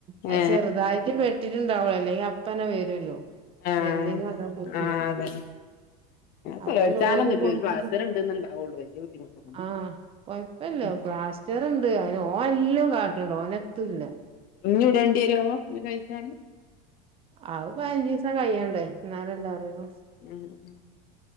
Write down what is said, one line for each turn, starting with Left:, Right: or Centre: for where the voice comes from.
Right: അത്
Left: ഏ
Right: ചെറുതായിട്ട് വെട്ടിട്ടുണ്ടാവും അല്ലെങ്കി അ- അപ്പത്തതന്നെ വരുല്ലോ
Left: ആ
Right: എല്ലിന് ഒന്നും പറ്റില്ലെങ്കി
Left: ആ അതന്നെ
Right: അപ്പൊ
Left: പേടിച്ചാനൊന്നുല്ല
Right: ഇന്ന് ഓല് കൊ <unintelligible>
Left: ഒരു പ്ലാസ്റ്റർ ഇണ്ട്ന്ന്ണ്ടാവൊള്ളൂ
Right: ണ്ട്
Left: വല്യ ബുദ്ധിമുട്ടൊന്നുണ്ടാവൂല
Right: ആ കൊഴപ്പില്ല
Left: ഉം
Right: പാസ്റ്റർ ഇണ്ട് അയിന് ഓൻ എല്ലാം കാട്ടണ്ട്ണ് ഓന് എത്തുല്ല
Left: ഇഞ്ഞു ഇടേണ്ടിവരോ ഇത് കഴിച്ചാല്
Right: അത് പതിനഞ്ച് ദിവസം കഴിയേണ്ടെ എന്നാലല്ലേ അറിയൂ
Left: ഉം ഉം